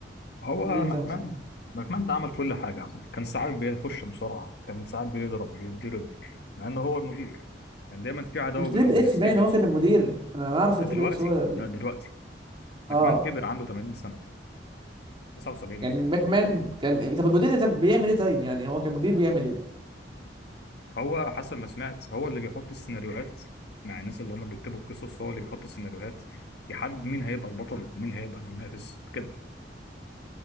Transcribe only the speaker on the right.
المدير
بتاع مصر
مش تريبل
اتش
باين
هو كان المدير انا أنا اعرف
ان
تريبل اتش هو ال...
اه
يعني
ماكمان كان طب المدير ده بيعمل ايه طيب يعني هو كان مدير بيعمل ايه